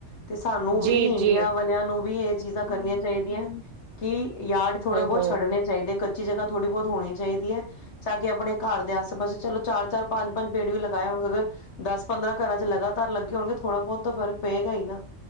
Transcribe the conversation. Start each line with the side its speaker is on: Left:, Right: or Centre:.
Left: ਤੇ ਸਾਨੂੰ
Right: ਜੀ
Left: ਵੀ ਇੰਡੀਆ
Right: ਜੀ
Left: ਵਾਲਿਆਂ ਨੂੰ ਵੀ ਇਹ ਚੀਜ਼ਾਂ ਕਰਨੀਆਂ ਚਾਹੀਦੀਆ ਕੀ ਯਾਡ ਥੋੜਾ
Right: ਹਮ
Left: ਬਹੁਤ ਛੱਡਨੇ ਚਾਹੀਦੇ ਕ ਕਚੀ ਜਗ੍ਹਾ ਥੋੜ੍ਹੀ ਬਹੁਤ ਹੋਣੀ ਚਾਹੀਦੀ ਹੈ, ਤਾਂ ਕਿ ਆਪਣੇ ਘਰ ਦੇ ਆਸੇ-ਪਾਸੇ ਚਲੋ ਚਾਰ-ਚਾਰ ਪੰਜ-ਪੰਜ ਪੇੜ ਵੀ ਲਗਾਏ ਹੋਣ ਅਗਰ ਦਸ-ਪੰਦਰਾਂ ਘਰਾਂ 'ਚ ਲਗਾਤਾਰ ਲੱਗੇ ਹੋਣ ਥੋੜਾ ਬਹੁਤ ਤਾਂ ਫਰਕ ਪਏਗਾ ਹੀ ਨਾ।